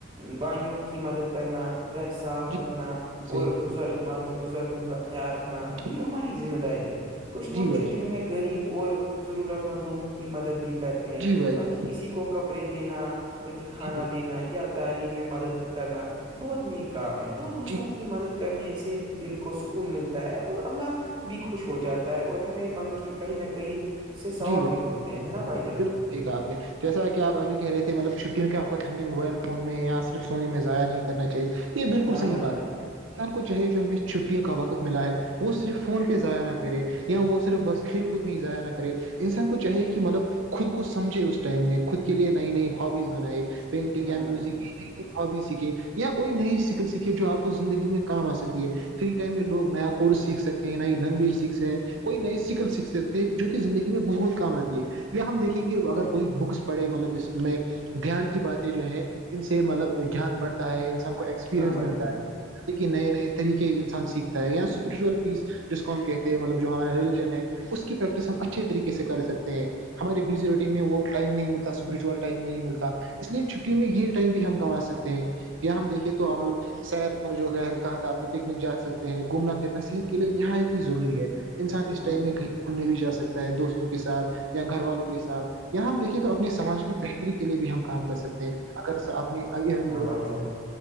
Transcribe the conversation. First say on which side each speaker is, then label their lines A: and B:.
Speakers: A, on the right; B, on the right.
A: بائیوں کی مدد کرنا گھر صاف
B: جی
A: رکھنا
B: بھائی جان جی بالکل صحیح
A: اور
B: کہا
A: بزرگ بزرگوں کا خیال رکھنا
B: جی
A: بھی ہماری ذمہ داری ہے کچھ لوگ
B: جی بھائی
A: چھٹیوں
B: جان
A: میں غریب اور ضرورت مند لوگوں کی مدد بھی کرتے ہیں
B: جی
A: مطلب
B: بھائی جان
A: کہ کسی کو کپڑے دینا مطلب کہ کھانا
B: جی
A: دینا یا تعلیم میں مدد کرنا بہت نیک کام ہے تو دوسروں
B: جی
A: کی مدد کرنے سے دل کو سکون ملتا ہے اور اللہ بھی خوش ہو جاتا ہے اور ہمیں مطلب کہ کہیں نہ کہیں اس سے ثواب
B: جی بھائی
A: بھی ملتے ہیں نا بھائی ج
B: بالکل ٹھیک ہے آپ نے جیسا کہ آپ ابھی کہہ رہے تھے مطلب چھٹیوں کے وقت ہمیں موبائل فون میں یا صرف سونے میں ائع نہیں کرنا چاہیے یہ بالکل
A: ہاں
B: صحیح
A: بھائی جان
B: بات انسان کو چاہے جو ہمیں چھٹیوں کا وقت ملا ہے وہ صرف فون پہ ضائع نہ کرے یا وہ صرف بس کھیل کود میں ہی ضائع نہ کرے انسان کو چاہیے کہ مطلب خود کو سمجھے اس ٹائم میں خود کے لیے نئی نئی ہبیز بنائے پینٹنگ
A: ہاں
B: یا میوزک
A: بھائی جان
B: یہ نہیں ہابی سیکھے یا کوئی نئی شکل سیکھے جو آپ کو زندگی میں کام آ سکتی ہے فری ٹائم میں لوگ نیا کورس سیکھ سکتے نئی لینگویج سیکھ ستے ہیں کوئی نئے سکل سیکھ سک تھے جو کہ زندگی میں بہت کام آتی ہے یا ہم دیکھیں گ اگر کوئی بکس پڑے مطلب اس میں گیان کی باتیں جو ہیں ان سے مطلب گیان بڑھتا ہے انسان کو ایکسپیرئنس
A: ہاں بھائی
B: ملتا
A: جان
B: ہے دیک کہ نئے نئے طریقے انسان سیکھتا ہے اں اسپرچول پیس جس کو ہم کہتے ہیں مطلب جو ہمارا ریلیجن ہے اس کی پریکٹس ہم اچھے طریقے سے کر سکتے ہیں ہمارے بزی روٹین میں وہ ٹائم نہیں ملتا اسپرچل ٹائم نہیں ملتا اس لیے چھٹیوں میں یہ ٹائم بھی ہم کما سکتے ہیں یا ہم دیکھے تول سیر ملب جو کہ کہا تھا اپنے پکنک جا سکتے ہیں گھومنا پھرنا صحت کے لیے نہایت ہی ضروری ہے انسان اس
A: ہاں
B: ٹائم
A: بھائی
B: میں
A: جان
B: کہیں گھومنے بھی جا سکتا ہے دوستوں کے ساتھ یا گھر والوں کے ساتھ یہاں ہم دیکھیے تو اپنے سماج کی بہتری کے لیے بھی ہم کام کر سکتے ہیں اگر اپنے ایرن
A: ہاں
B: کر
A: بھائی جان